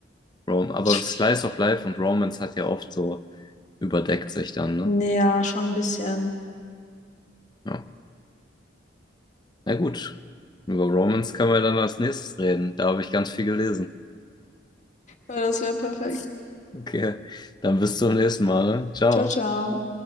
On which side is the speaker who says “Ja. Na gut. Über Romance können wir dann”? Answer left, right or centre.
Left